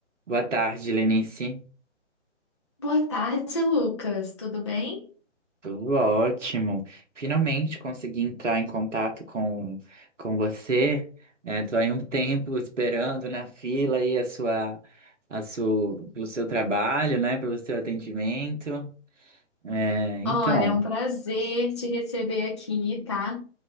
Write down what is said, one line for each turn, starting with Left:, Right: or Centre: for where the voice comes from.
Right: Boa tarde, Lenice.
Left: Boa tarde, Lucas. Tudo bem?
Right: Tudo ótimo. Finalmente consegui entrar em contato com, com você. Estou aí um tempo esperando na fila aí a sua, a sua, pelo seu trabalho, né? Pelo seu atendimento. É, então,
Left: Olha, é um prazer te receber aqui, tá?